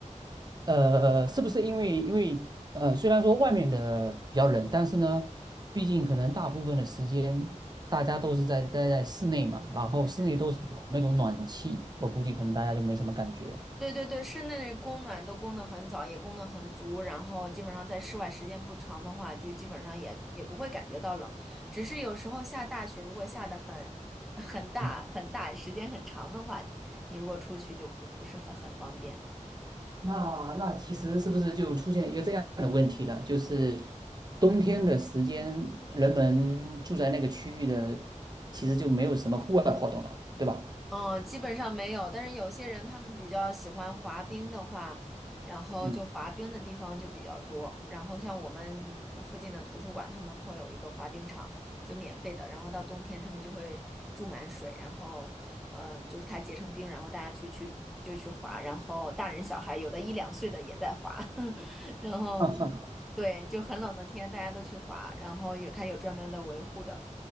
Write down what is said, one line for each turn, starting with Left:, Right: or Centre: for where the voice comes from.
Right: 呃，是不是因为因为呃，虽然说外面的比较冷，但是呢，毕竟可能大部分的时间大家都是在待在室内嘛，然后室内都是有那种暖气，
Centre: 嗯
Right: 我估计可能大家就没什么感觉。
Centre: 对对对，室内供暖都供得很早，也供得很足，然后基本上在室外时间不长的话，就基本上也也不会感觉到冷。只是有时候下大雪，如果下的很很大很大，
Right: 嗯，
Centre: 时间很长的话，你如果出去就不不是很很方便。
Right: 那那其实是不是就出现一个这样的问题了？就是冬天的时间，人们住在那个区域的，其实就没有什么户外活动了，对吧？
Centre: 嗯，基本上没有，但是有些人他们比较喜欢滑冰的话，然后就滑冰的地方就比较多。
Right: 嗯，
Centre: 然后像我们附近的图书馆，它门口有一个滑冰场，就免费的。然后到冬天他们就会注满水，然后嗯、呃就是它结成冰，然后大家去去就去滑。然后大人小孩有的一两岁的也在滑，<laughs> 然后
Right: <laughs> 嗯嗯。
Centre: 对，就很冷的天大家都去滑，然后有它有专门的维护的。